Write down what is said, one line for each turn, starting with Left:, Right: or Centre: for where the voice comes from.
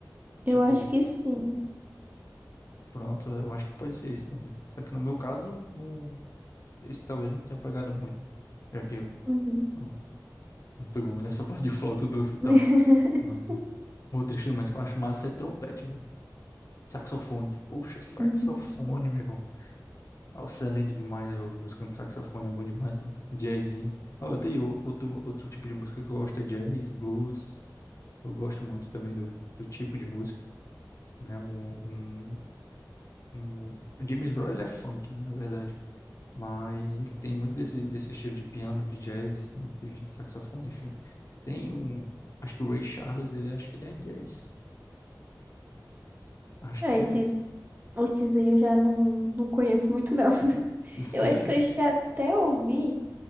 Right: Eu
Left: Tipo,
Right: acho que sim.
Left: pronto, eu acho que pode ser isso também. Só que no meu caso, não, isso talvez não tenha pegado muito, já que eu
Right: Uhum.
Left: não, não pegou muito nessa <laughs> parte de flauta doce e tal.
Right: <laughs>
Left: Mas outro instrumento que eu acho massa é trompete, velho. Saxofone. Poxa, saxofone,
Right: Uhum.
Left: meu irmão. Nossa, é lindo demais ouvir música de saxofone, é bom demais, mano. Jazzinho. Ah, eu tenho outro, outro tipo de música que eu gosto, é jazz, blues. Eu gosto muito também do, do tipo de música, né? Um, um, um... o James Brown, ele é funk, né, na verdade. Mas ele tem muito desse, desse estilo de piano, de jazz, né? De saxofone, enfim. Tem um... Acho que o Ray Charles, ele acho que ele é jazz. Acho
Right: É,
Left: que
Right: esses,
Left: é.
Right: esses aí eu já não, não conheço muito, não. <laughs>
Left: Sério?
Right: Eu acho que eu já até ouvi.